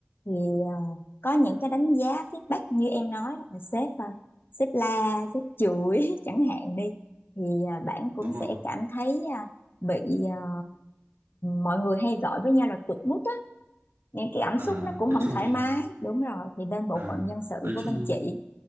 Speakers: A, on the left; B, on the right.
A: thì à, có những cái đánh giá feedback như em nói đó là sếp à, sếp la sếp chửi <laughs> chẳng hạn đi thì à, bạn
B: đúng
A: cũng sẽ
B: rồi
A: cảm thấy ờ, bị à, mọi người hay gọi với nhau là chuột rút á nên cái cảm
B: à,
A: xúc nó cũng
B: nói
A: không
B: chung
A: thoải mái đúng rồi thì bên bộ
B: À,
A: phận nhân sự
B: nói
A: của
B: chung
A: bên chị